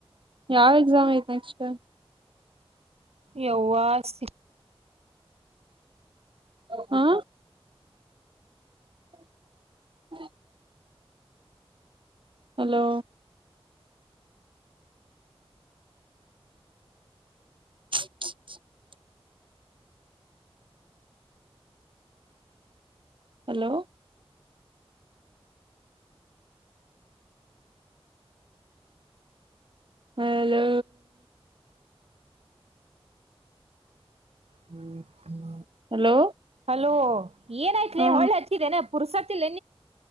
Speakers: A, on the right; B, on the right.
A: ಯಾವ ಎಕ್ಸಾಮ್ ಐತೆ ನೆಕ್ಸ್ಟ್
B: ಹೌವ ಸಿ
A: ಹಾ <inaudible> ಹಲೋ <unintelligible> ಹಲೋ ಹಲೋ
B: ಹ್ಮ್ ಹ್ಮ್
A: ಹಲೋ
B: ಅಲೋ ಏನಾಯ್ತ್ಲ
A: ಹಾ
B: ಹೊಳ್ಳೆ ಹಚ್ಚಿದೇನೆ ಪುರ್ಸತ್ತಲ್ಲ